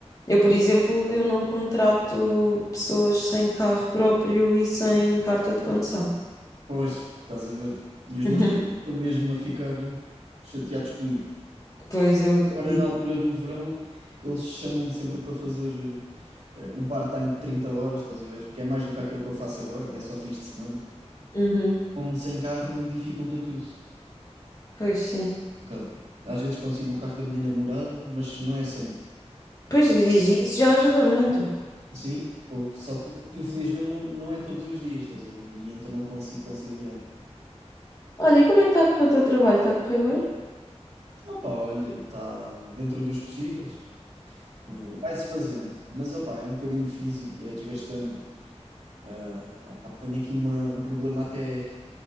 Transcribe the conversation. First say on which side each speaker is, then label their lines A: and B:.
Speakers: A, on the left (about 30°); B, on the right (about 75°).
A: eu, por exemplo, eu não contrato pessoas sem carro próprio e sem carta de condução.
B: Pois, estás a ver. E os
A: <laughs>
B: meus pais estão mesmo a ficar chateados comigo.
A: Pois, eu acredito.
B: Agora, na altura do verão, eles chamam-me sempre para fazer eh, um part-time de 30 horas, estás a ver? Que é mais do que aquilo que eu faço agora, que é só fins de semana.
A: Uhum,
B: Então, sem carro dificulta tudo.
A: Pois, sim.
B: Caso. pá. Às vezes consigo o carro da minha namorada, mas não é sempre.
A: Pois,
B: E,
A: e- e isso já ajuda muito.
B: sim, pô, só que infelizmente não, não é todos os dias, estás a ver? E então não consigo conciliar.
A: Olha, e como é que está a correr o teu trabalho? Está a correr bem?
B: Opa, olha, está dentro dos possíveis. V- Vai-se fazendo. Mas opa, é um bocadinho físico e é desgastante. Ah, opa, tenho aqui uma, um problema até